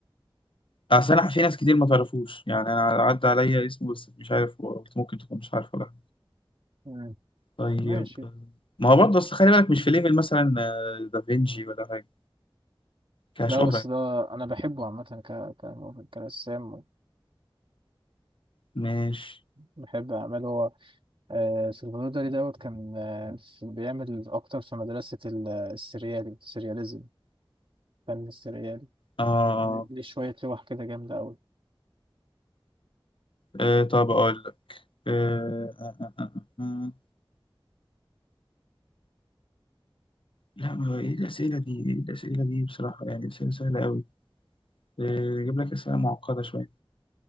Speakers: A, on the left; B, on the right.
A: اصل انا في ناس كتير ما تعرفوش يعني انا عدى عليا اسمه بس مش عارف هو- ممكن تكون مش عارفه لا
B: مم.
A: طيب
B: ماشي
A: آه، ما هو برضه اصل خلي بالك مش في ليفل مثلا آه، دافنشي ولا حاجه كشهره
B: لا بس
A: يعني.
B: ده انا بحبه عامه ك... ك... كرسام
A: ماشي
B: بحب اعماله هو آه سلفادور دالي دوت كان آه في- بيعمل اكتر في مدرسه ال- السريالي السرياليزم فن السريالي
A: آه
B: دي شوية لوح كده جامدة أوي
A: آه طب أقول لك آه آه آه آه. آه. آه. لا ما هو إيه الأسئلة دي؟ إيه الأسئلة دي بصراحة يعني أسئلة سهلة أوي آه، أجيب لك أسئلة معقدة شوية